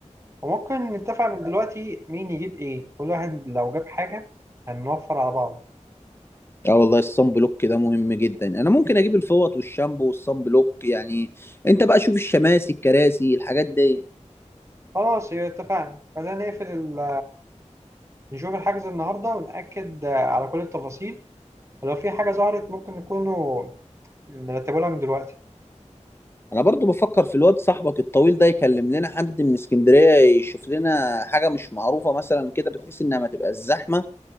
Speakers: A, on the right; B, on the left.
A: وممكن نتفق من دلوقتي مين يجيب ايه كل واحد لو جاب حاجة هنوفر على بعض
B: اه والله الصن بلوك ده مهم جدا انا ممكن اجيب الفوط والشامبو والصن بلوك يعني انت بقى شوف الشماسي الكراسي الحاجات دي
A: خلاص يبقى اتفقنا خلينا نقفل ال... نشوف الحجز النهاردة ونأكد آه، على كل التفاصيل ولو في حاجة ظهرت ممكن نكونوا نرتبوا لها من دلوقتي
B: انا برضو بفكر في الواد صاحبك الطويل ده يكلم لنا حد من اسكندرية يشوف لنا حاجة مش معروفة مثلا كده بتحس انها ما تبقى الزحمة